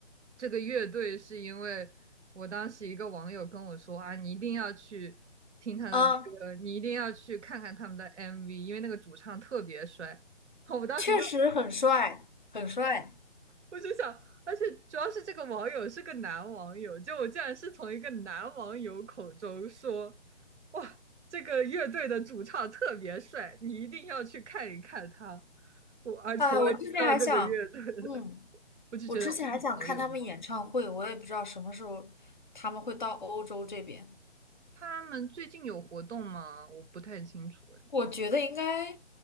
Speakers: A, on the right; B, on the left.
A: 这个乐队，是因为我当时一个网友跟我说啊，你一定要去听他的歌，
B: 啊，
A: 你一定要去看看他们的 MV，因为那个主唱特别帅。<laughs> 我当时就
B: 确实很帅，很帅。
A: 我就想，而且主要是这个网友是个男网友，就我竟然是从一个男网友口中说，哇，这个乐队的主唱特别帅，你一定要去看一看他，我而从而知道这个乐队的，
B: 啊，我之前还想，嗯，
A: <laughs> 我就觉得哇，
B: 我之前还想看他们演唱会，
A: 好有意思。
B: 我也不知道什么时候他们会到欧洲这边。
A: 他们最近有活动吗？我不太清楚，哎，
B: 我觉得应该，